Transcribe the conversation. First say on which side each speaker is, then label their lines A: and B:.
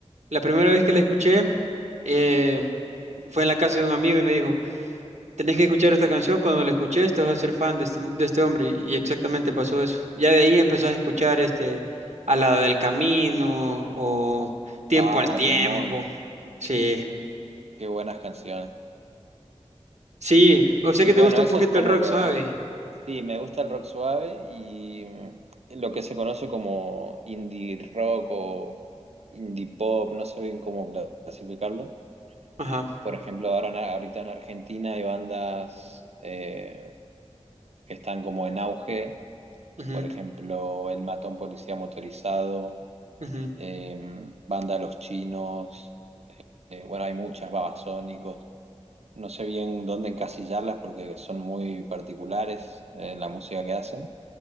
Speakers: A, on the right; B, on the right.
A: La primera vez que la escuché eh, fue en la casa de un amigo y me dijo, tenés que escuchar esta canción, cuando la escuches te vas a ser fan de este, de este hombre. Y exactamente pasó eso. Ya de ahí empezás a escuchar este Al lado del camino o Tiempo
B: Ah,
A: al tiempo.
B: Temón,
A: Sí,
B: qué buenas canciones.
A: sí, o sea
B: Y
A: que te
B: bueno,
A: gusta
B: eso
A: un poquito
B: es como
A: el rock,
B: lo...
A: suave.
B: Sí, me gusta el rock suave y mm, lo que se conoce como indie rock o indie pop, no sé bien cómo cla- clasificarlo.
A: Ajá,
B: Por ejemplo, ahora en- ahorita en Argentina hay bandas eh, que están como en auge,
A: ujú,
B: por ejemplo, El Matón Policía Motorizado,
A: ujú,
B: em, Banda Los Chinos, eh, bueno, hay muchas, Babasónicos. no sé bien dónde encasillarlas porque son muy particulares eh, la música que hacen,